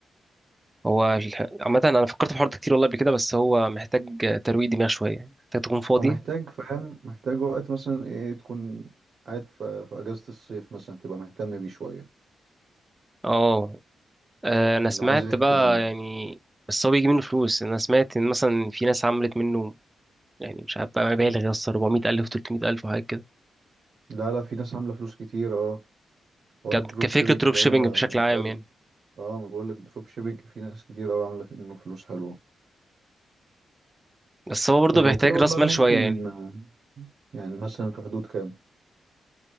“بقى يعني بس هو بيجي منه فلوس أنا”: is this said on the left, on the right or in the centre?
Right